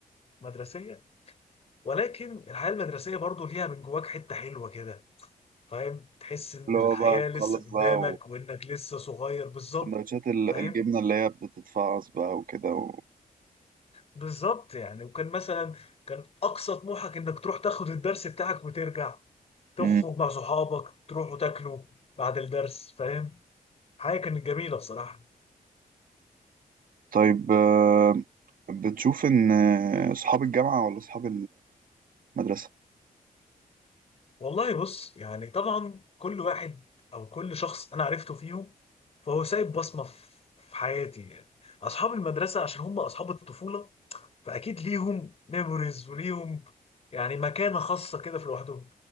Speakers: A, on the left (about 45°); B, on the right (about 70°).
A: المدرسية ولكن الحياة المدرسية برضو ليها من جواك حتة حلوة كده فاهم تحس إن
B: اللي
A: الحياة
B: هو بقى
A: لسه
B: تخلص
A: قدامك
B: بقى
A: وإنك لسه صغير بالظبط
B: وسندوتشات ال-
A: فاهم
B: الجبنة اللي هي بتتفعص بقى وكده و...
A: بالظبط يعني وكان مثلا كان أقصى طموحك إنك تروح تاخد الدرس بتاعك وترجع تخرج
B: مم.
A: مع صحابك تروحوا تاكلوا بعد الدرس فاهم حاجة كانت جميلة بصراحة
B: طيب آه، بتشوف إن آه، صحاب الجامعة ولا صحاب المدرسة؟
A: والله بص يعني طبعا كل واحد او كل شخص انا عرفته فيهم فهو سايب بصمه في في حياتي يعني اصحاب المدرسه عشان هم اصحاب الطفوله فاكيد ليهم ميموريز وليهم يعني مكانه خاصه كده في لوحدهم